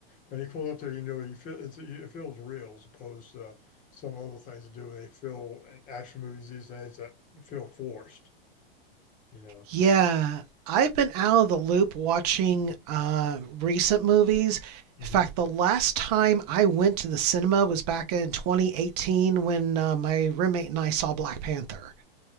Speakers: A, on the left (about 25°); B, on the right (about 45°).
A: when you pull up there, you know you feel it's, it feels real as opposed to some other things to do where they feel in action movies these days that feel forced. You know.
B: Yeah, I've been out of the loop watching uh, recent movies.
A: hmm
B: In fact, the last time I went to the cinema was back in 2018 when uh, my roommate and I saw Black Panther.